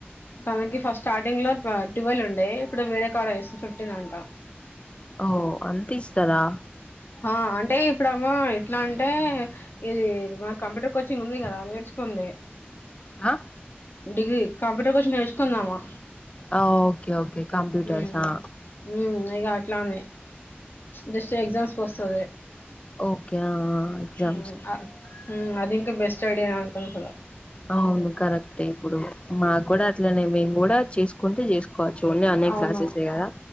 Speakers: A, on the left; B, on the left.
A: తనకి ఫస్ట్ స్టార్టింగ్ లో ట్వెల్వ్ ఉండే ఇప్పుడు వేరే కాలర్స్ జేస్తే ఫిఫ్టీన్ అంటా
B: ఓ అంత ఇస్తరా
A: ఆ అంటే ఇప్పుడేమో ఎట్లా అంటే ఇది మన కంప్యూటర్ కోచింగ్ ఉంది కదా నేర్చుకోంది
B: ఆ
A: డిగ్రీ కంప్యూటర్ కోర్షి నేర్చుకుందామా.
B: అ ఓకే ఓకే కంప్యూటర్స్
A: ఉమ్
B: అ.
A: ఉమ్ ఇగ అట్లానే. జస్ట్ ఎగ్జామ్స్కి కోస్తది
B: ఓకే ఆ ఆ, ఎగ్జామ్స్
A: ఉమ్ అ. ఉమ్ అదింకా బెస్ట్ ఐడియా అంకుల్ హులో.
B: అవును కరెక్ట్ ఇప్పుడు మాకు గూడా అట్లనే మేము గూడా చేసుకుంటే చేసు. కోవచ్చు ఓన్లీ ఆన్లైన్
A: అవును
B: క్లాసెస్ గద